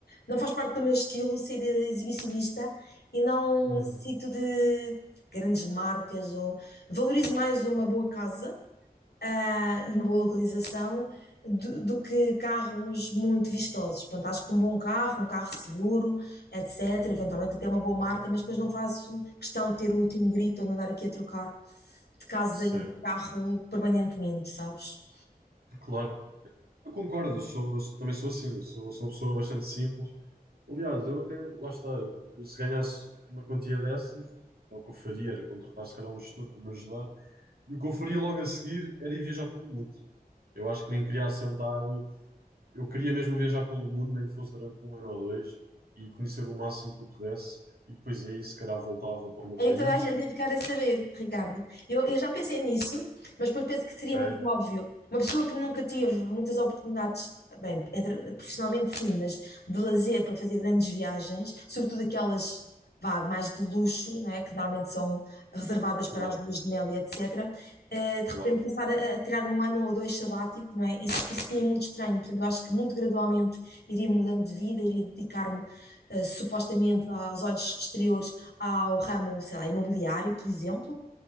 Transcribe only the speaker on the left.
não faz parte do meu estilo ser eh, exibicionista e não
necessito de grandes marcas ou valorizo mais uma boa casa ah, de uma boa localização do, do que carros muito vistosos. Pronto, acho que um bom carro, um carro seguro, etc. Eventualmente até uma boa marca, mas depois não faço questão de ter o último grito ou de andar aqui a trocar de casa
e de carro permanentemente, sabes?
Aí
toda a gente ia ficar a saber, Ricardo. Eu, eu já pensei nisso, mas depois penso que seria
muito óbvio. Uma pessoa que nunca teve muitas oportunidades, bem, entre- profissionalmente sim, mas de lazer para fazer grandes viagens, sobretudo aquelas, vá, mais de luxo, não é? Que normalmente são reservadas
para as luas de mel e etc. eh, de
repente passar a, a tirar um ano ou dois sabático, não é? Isso, isso seria muito estranho. Portanto, eu acho que muito gradualmente iria mudando de vida, iria dedicar-me eh, supostamente aos olhos exteriores ao ramo, sei lá, imobiliário, por exemplo.